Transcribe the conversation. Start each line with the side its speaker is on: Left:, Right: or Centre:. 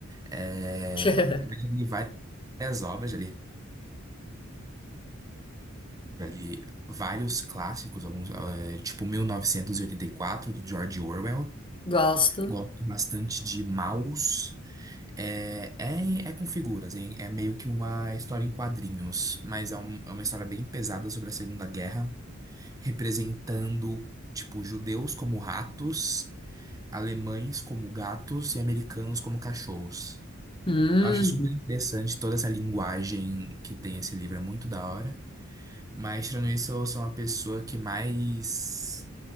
Right: É,
Left: <laughs>
Right: mas eu li várias obras, já li, já li vários clássicos, alguns, é, tipo 1984, do George Orwell.
Left: Gosto.
Right: Gosto bastante de Maus, É, é, em- é com figuras, hein? É meio que uma história em quadrinhos, mas é, um- é uma história bem pesada sobre a Segunda Guerra, representando, tipo, judeus como ratos, alemães como gatos e americanos como cachorros.
Left: Hum.
Right: Eu acho super interessante toda essa linguagem que tem esse livro, é muito da hora. Mas, tirando isso, eu sou uma pessoa que mais